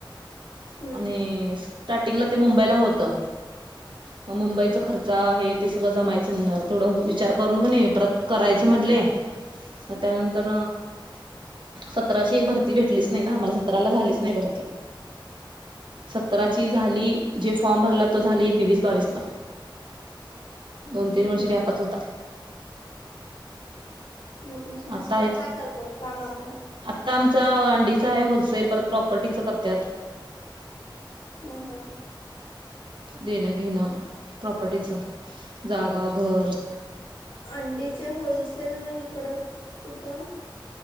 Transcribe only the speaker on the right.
आणि स्टार्टिंगला ते मुंबईला होत. म मुंबईचा खर्च आहे ते सगळं जमायचं तेडं विचार करून प नाही परत करायचं म्हटले म त्यानंतर सतराची एक भरती भेटलीच नाही ना आम्हाला सतराला झालीच नाही भरती. सतराची झाली जे फॉर्म भरला तो झाली एकवीस बावीस ला. दोन तीन वर्ष
गॅपच होता.
आता आहेत
आता आमचा अंडी होलसेल परत प्रॉपर्टीच करतात.
देणं घेणं प्रॉपर्टीचं जागा घर